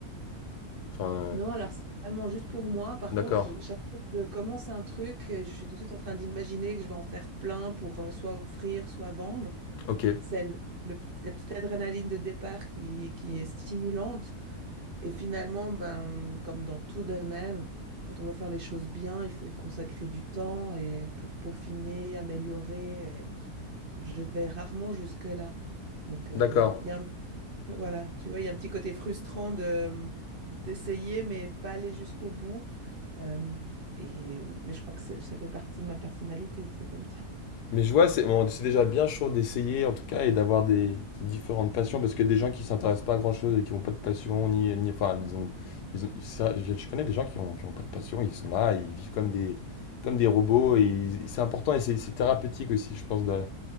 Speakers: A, on the left; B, on the right.
A: Enfin, euh,
B: Non, alors c'est vraiment juste pour moi. Par
A: d'accord.
B: contre, je- chaque fois que je commence un truc, euh, je suis tout de suite en train d'imaginer que je vais en faire plein pour euh, soit offrir, soit vendre.
A: Ok.
B: C'est le- le petit- la petite adrénaline de départ qui, qui est stimulante. Et finalement, ben, comme dans tout domaine, quand on veut faire les choses bien, il faut y consacrer du temps et pour peaufiner, améliorer. et je vais rarement jusque-là. Donc, euh,
A: D'accord.
B: il y a, un- voilà, tu vois, il y a un petit côté frustrant de, d'essayer, mais pas aller jusqu'au bout. Euh, et, mais je crois que c'est- ça fait partie de ma personnalité, c'est comme ça.
A: Mais je vois, c'est bon, c'est déjà bien chaud d'essayer en tout cas et d'avoir des différentes passions parce que des gens qui s'intéressent pas à grand-chose et qui n'ont pas de passion, ni, ni enfin, ils ont, ils ont- ça, je, je connais des gens qui ont, qui ont pas de passion, ils sont là, ils vivent comme des, comme des robots et ils- c'est important et c'est c'est thérapeutique aussi, je pense, d'a-